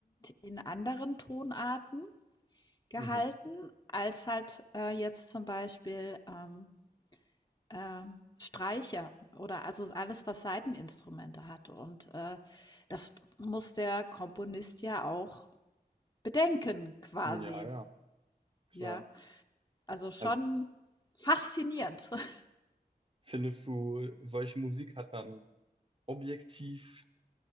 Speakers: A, on the left (about 25°); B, on the right (about 35°).
A: in anderen Tonarten gehalten,
B: Mhm.
A: als halt äh, jetzt zum Beispiel ähm, äh, Streicher oder also alles, was Saiteninstrumente hat. Und äh, das muss der Komponist ja auch bedenken, quasi.
B: Ja, ja, klar.
A: Ja, also schon
B: Also
A: faszinierend. <laughs>
B: findest du, solche Musik hat dann objektiv,